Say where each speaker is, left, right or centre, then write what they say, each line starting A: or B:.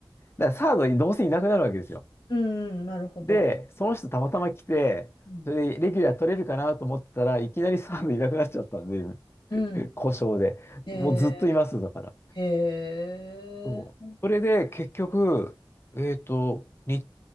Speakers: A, on the left; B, on the left.
A: だからサードどうせいなくなるわけですよ。
B: うんうん。なるほど。
A: で、その人たまたま来て、
B: うん
A: それでレギュラー取れるかなと思ってたらいきなりサードいなくなっちゃったんで、
B: うん。
A: <laughs> 故障で。
B: へえ、
A: もうずっといます、だから。
B: へえ。
A: そうそれで結局、えっと、に、